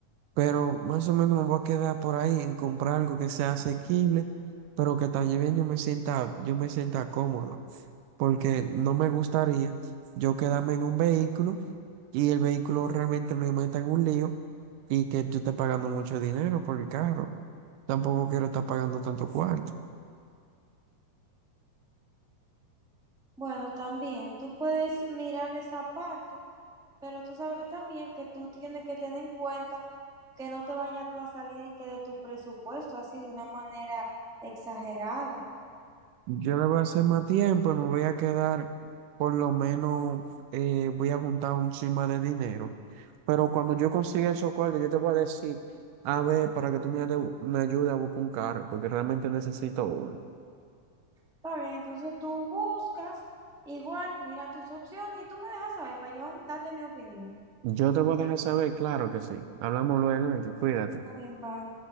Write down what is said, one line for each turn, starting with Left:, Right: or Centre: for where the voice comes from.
Right: pero más o menos me voy a quedar por ahí en comprar algo que sea asequible, pero que también yo me sienta, yo me sienta cómodo, porque no me gustaría yo quedarme en un vehículo y el vehículo realmente me meta en un lío y que yo esté pagando mucho dinero por el carro. Tampoco quiero estar pagando tanto cuarto.
Centre: Bueno, también tú puedes mirar esa parte, pero tú sabes también que tú tienes que tener en cuenta que no te vaya tú a salir y que de tu presupuesto así de una manera exagerada.
Right: Yo le voy a hacer más tiempo y me voy a quedar, por lo menos, eh, voy a juntar un chima de dinero. Pero cuando yo consiga esos cuartos, yo te voy a decir, a ver, para que tú me, ade- me ayudes a buscar un carro, porque realmente necesito uno.
Centre: Está bien, entonces tú buscas, igual, mira tus opciones y tú me dejas saber para yo darte mi opinión.
Right: Yo te voy a dejar saber, claro que sí. Hablamos luego y te cuídate.
Centre: Está bien, bye.